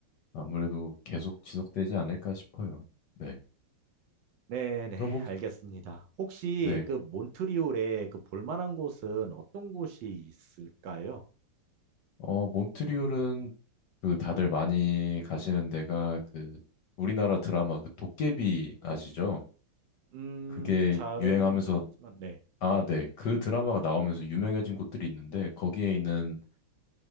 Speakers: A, on the left; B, on the right.
A: 아무래도 계속 지속되지 않을까 싶어요. 네.
B: 네네,
A: 그럼 혹시,
B: 알겠습니다. 혹시
A: 네.
B: 그 몬트리올에 그 볼만한 곳은 어떤 곳이 있을까요?
A: 어, 몬트리올은 그 다들 많이 가시는 데가 그 우리나라 드라마 그 도깨비 아시죠?
B: 음,
A: 그게
B: 잘은
A: 유행하면서
B: 모르겠지만, 네,
A: 아, 네. 그 드라마가 나오면서 유명해진 곳들이 있는데 거기에 있는